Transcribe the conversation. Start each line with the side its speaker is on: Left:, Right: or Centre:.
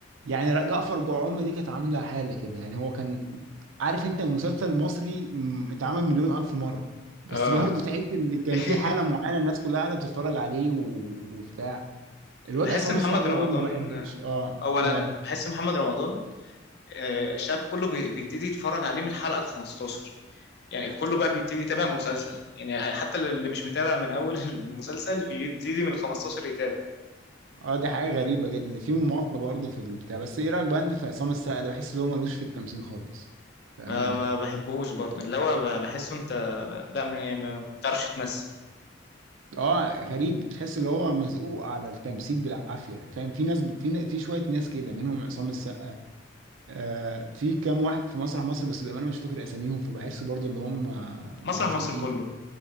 Right: يعني جعفر جعوم دي كانت عامله حاله كده يعني هو كان عارف انت مسلسل مصري م- اتعمل مليون الف مره بس
Left: اه
Right: برضه تحس ان كان
Left: <laughs>
Right: في حاله معينه الناس كلها قاعده بتتفرج عليه و... وبتاع الوضع
Left: بحس
Right: عصام
Left: محمد
Right: السقا ده
Left: رمضان
Right: أنا ما بحبوش اه
Left: اولا
Right: ماله
Left: انا بحس محمد رمضان آه، الشعب كله بي- بيبتدي يتفرج عليه من الحلقه ال 15 يعني كله بقى بيبتدي يتابع مسلسل يعني حتى اللي مش متابع من اول <laughs> المسلسل بيبتدي من ال 15 يتابع
Right: اه دي حاجه غريبه جدا في مماطله برضه في البتاع بس ايه رايك بقى انت في عصام السقا ده بحس ان هو ملوش في التمثيل خالص بامانه
Left: ما ما
Right: يعني
Left: بحبهوش برضه اللي هو ب- بحسه انت لا م- يعني ما بتعرفش تمثل
Right: اه غريب تحس ان هو مزقوق على التمثيل بالعافيه فاهم في ناس في في شويه ناس كده منهم عصام السقا آه، في كام واحد في مسرح مصر بس بأمانة مش فاكر أساميهم فبحس برضو اللي هم آه،
Left: مسرح
Right: مزقوقين
Left: مصر كله
Right: كده.